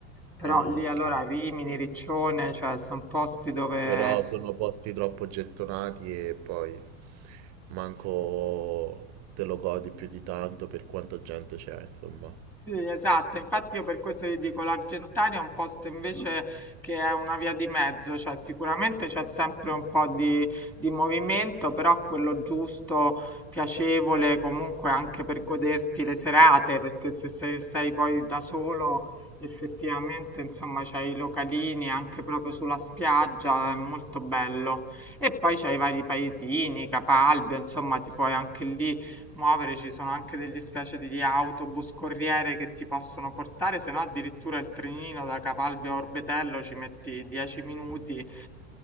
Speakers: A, in the centre; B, on the right.
A: però
B: Ah,
A: lì
B: ok.
A: allora Rimini, Riccione, cioè sono posti dove...
B: Però sono posti troppo gettonati e poi manco te lo godi più di tanto per quanta gente c'è, insomma.
A: Sì, esatto, infatti io per questo ti dico l'Argentaria è un posto invece che è una via di mezzo, cioè sicuramente c'è sempre un po' di, di movimento, però quello giusto, piacevole comunque anche per goderti le serate, perché se sei, sei poi da solo effettivamente insomma c'hai i localini anche proprio sulla spiaggia, è molto bello. E poi c'hai i vari paesini, Capalbio, insomma ti puoi anche lì muovere, ci sono anche delle specie di autobus corriere che ti possono portare, se no addirittura il trenino da Capalbio a Orbetello ci metti 10 minuti